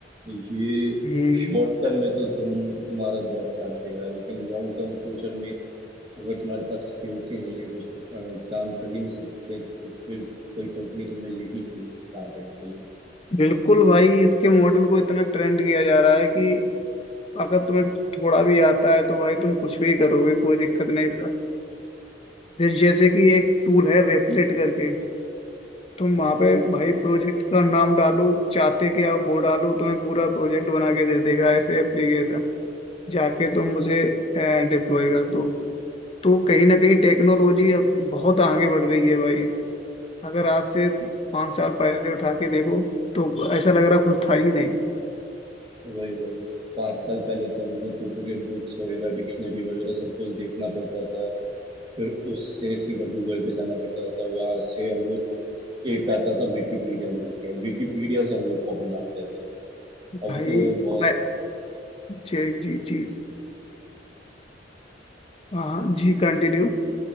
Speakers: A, on the right; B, on the left.
A: ये
B: हम्म
A: शॉर्ट टर्म में तो तुम तुम्हारा बहुत साथ देगा लेकिन लॉन्ग टर्म फ्यूचर में अगर तुम्हारे पास स्किल्स ही नहीं है कुछ अ, काम कर ही नहीं सकते तो फिर कोई कंपनी तुम्हें लेगी क्यों काम करने के लिए
B: बिल्कुल भाई इसके मॉडल को इतना ट्रेंड किया जा रहा है कि अगर तुम्हें थोड़ा भी आता है तो भाई तुम कुछ भी करोगे कोई दिक्कत नहीं पर जैसे कि एक टूल है रेपलेट करके तुम वहां पे
A: हाँ भाई
B: भाई प्रोजेक्ट का नाम डालो चाहते क्या हो वो डालो तुम्हें पूरा प्रोजेक्ट बना के दे देगा ऐसे एप्लीकेशन जाके तुम उसे डिप्लॉय कर दो तो कहीं ना कहीं टेक्नोलॉजी अब बहुत आगे बढ़ रही है भाई अगर आज से पाँच साल पहले उठा के देखो तो ऐसा लग रहा कुछ था ही नहीं
A: वही वही पाँच साल पहले तो हम लोग को पूरे बुक्स वगैरह डिक्शनरी वगैरह सब कुछ देखना पड़ता था फिर उससे सीधा गूगल पे जाना पड़ता था वहां से हम लोग एक आता था विकिपीडिया बोल के विकिपीडिया से हम लोग कॉपी मारते थे अब
B: भाई
A: तो बहुत
B: अ- जी जी जी हाँ हाँ, जी कंटिन्यू